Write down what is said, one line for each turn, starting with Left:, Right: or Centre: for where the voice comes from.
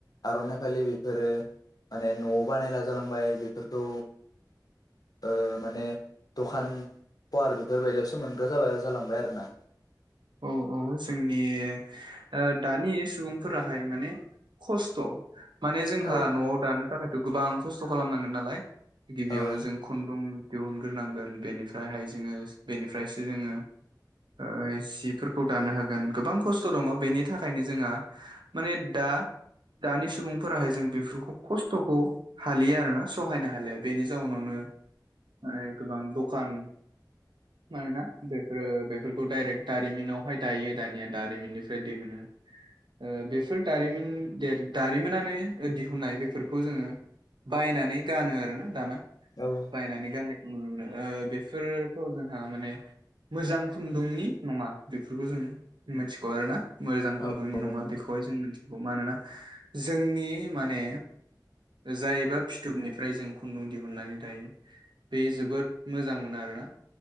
Left: आरनाइ फालि बेफोरो माने न'आव बानायला जालांबाय बेफोरखौ ओ माने दखान पवार बेफोरबायदियावसो मोनग्रा जाबाय आरो जालांबाय आरोना
Right: औ औ जोंनि ओ दानि सुबुं- फोराहाय माने खस्थ' माने जोंहा
Left: औ
Right: न'आव दानो थाखाय थ' गोबां खस्थ' खालामनांगोन नालाय गिबियावनो
Left: औ
Right: जों खुन्दुं दिहुनग्रोनांगोन बेनिफ्रायहाय जोङो बेनिफ्रायसो जोङो ओ- बिफोरखौ दानो हागोन गोबां खस्थ' दङ बेनि थाखायनो जोंहा माने दा दानि सुबुंफोराहाय जों बेफोरखौ खस्थ'खौ हालिया आरोना सहायनो हालिया बेनि- जावनावनो माने गोबां दखान मानोना बेफोर बेफोरखौ डाइरेक्ट दारिमिनावहाय दायो दानिया दारिमिननिफ्राय दिहुनो ओ बेफोर दारिमिन देर दारिमिनानो दिहुनाय बेफोरखौ जोङो बायनानै गानो आरोना दाना
Left: औ
Right: बायनानै गाननायखौ नुनो मोनो ओ बेफोरथ' जोंहा माने मोजां खुन्दुंनि नङा बेफोरखौ जों मिथिगौ आरोना मोजां खुन्दुंनि
Left: औ नंगौ
Right: नङा
Left: नंगौ
Right: बेखौहाय जों मिथि गौ मानोना जोंनि माने ओ जायोबा फिथुबनिफ्राय जों खुन्दुं दिहुननानै दायो बे जोबोद मोजां मोन आरोना